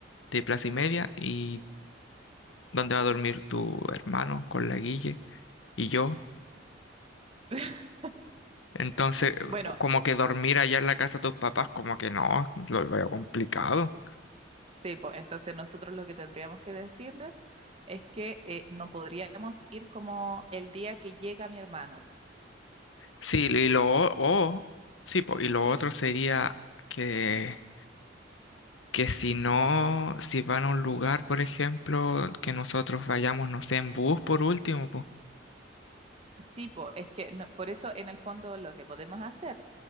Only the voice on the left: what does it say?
de plaza y media y donde va a dormir tu hermano con la Guille y yo.
Entonces,
como que dormir allá en la casa de tus papás, como que no, lo veo complicado.
Sí, y lo, o, sí, po, y lo otro sería que que si no, si van a un lugar, por ejemplo, que nosotros vayamos, no sé, en bus por último, pues.